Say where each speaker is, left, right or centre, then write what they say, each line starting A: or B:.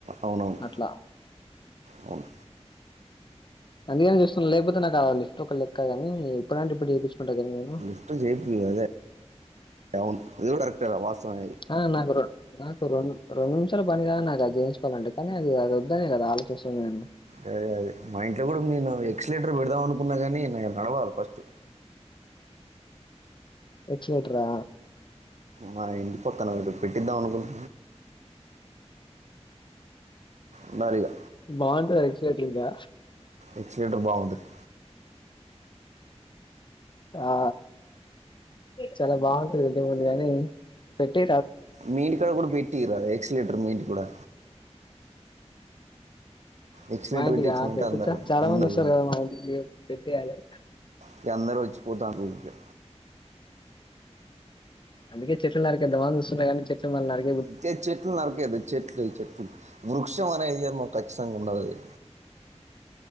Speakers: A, on the right; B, on the left.
A: అవునవును
B: అట్లా
A: అవును
B: అందుకని చూస్తుం లేకపోతే నాకు ఆ లిఫ్ట్ ఒక లెక్కగాని ఇప్పుడంటే ఇప్పుడు వేయించుకుంటా కానీ నేను
A: లిఫ్ట్ చేప్పియ్ అదే అవును ఇది కూడా కరెక్టే. వాస్తవం అది.
B: ఆ నాకు రెం నాకు రెం రెండు నిమిషాల పని కాదు. నాకు అది చేయించుకోవాలంటే కానీ అది అది వద్దనే కదా ఆలోచిస్తుంది. నేను
A: అదే అదే మా ఇంట్లో కూడానేను ఎక్సలేటర్ పెడదాం. అను కున్నా కానీ న నడవాలి ఫస్ట్
B: ఎక్క్లరేటర్ ఆ
A: మా ఇంటి పక్కన వారు పెట్టిద్దాం అనుకుంటు ఉన్నారిగా
B: బాగుంటది ఎక్స్లెటర్ ఇంకా
A: ఎక్సలెటర్ బాగుంటది
B: ఆ చాలా బాగుంటది ఇంటి ముందు గాని పెట్టే
A: మీ ఇంటి కాడ కూడా పెట్ పెట్టియ్యరాదు ఎక్సలేటర్ మీ ఇంటి కూడా ఎక్స్లేటర్
B: మా ఇంటికా
A: పెట్టించిన అంటే
B: పెట్టిత
A: అందరు
B: చాలా
A: అందరు
B: మంది వస్తారు. కదా మా ఇంటికి పెట్టియ్యాలి.
A: ఇగా అందరు వచ్చి పోతాళ్ళు ఇంటికే
B: అందుకే చెట్లు నారికేదామని చూస్తున్నా కానీ చెట్లు మళ్ళ నరికి
A: ఇకే చే చెట్లు నరికీయోందు చెెట్లు చెెట్లు వృక్షం అనేది <unintelligible> ఉండదు. అది